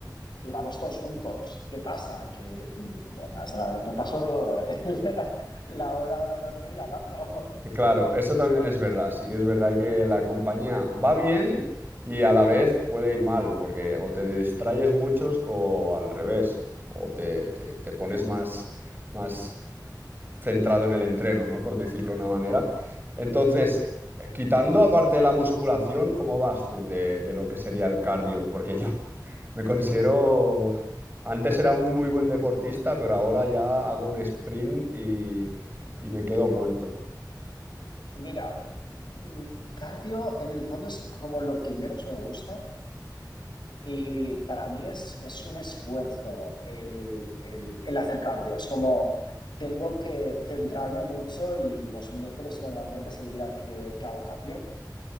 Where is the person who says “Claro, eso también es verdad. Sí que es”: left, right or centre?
Right